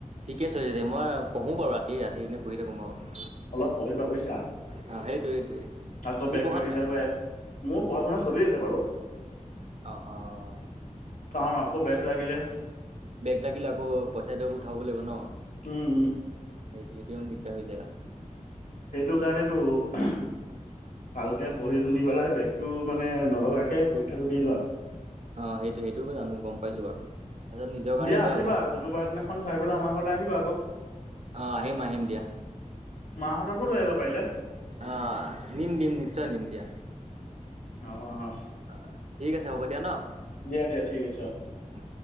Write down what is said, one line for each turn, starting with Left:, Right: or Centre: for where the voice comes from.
Right: ঠিকেছে তেতিয়া মই পঢ়ো বাৰু ৰাতিয় ৰাতিনে পঢ়ি থাকো বাৰু
Left: অলপ পঢ়িবা বুজিছা
Right: অ সেইটোৱে সেইটোৱে
Left: আকৌ
Right: তুমি
Left: বেগ
Right: পঢ়া
Left: লাগিলে
Right: নাই বাৰু
Left: আকৌ মোৰ পঢ়া শুনা চলি আছে বাৰু
Right: অঁ অঁ
Left: ত আকৌ বেক লাগিলে
Right: বেগ লাগিল আকৌ পইচা দিয়ক উঠাব লাগিব ন
Left: উম উম
Right: সেইটো তেতিয়াান দিগদাৰ হৈ যায় লাষ্ট
Left: সেইটো কাৰণেতো ভালকে পঢ়ি শুনি পেলাই বেগতটো মানে নলগাকে পৰীক্ষাটো দি লোৱা
Right: অ সেইটো সেইটোয় জানো গম পাইছো বাৰু তাৰপিছত নিজৰ কাৰণে
Left: দিয়া
Right: বেয়া
Left: আহিবা
Right: হ'বলা
Left: কোনোবা এ দিনাখন চাই পেলাই আমাৰ ঘৰলৈ আহিবা আকৌ
Right: আহ আহিম আহিম দিয়া
Left: মাহঁতকো লৈ আহিবা পাৰিলে।
Right: আহ নিম নিম নিশ্চয় নিম দিয়া
Left: অ অ অ
Right: অ ঠিক আছে হ'ব দিয়া ন
Left: দিয়া দিয়া ঠিক আছে অ
Right: উম উম।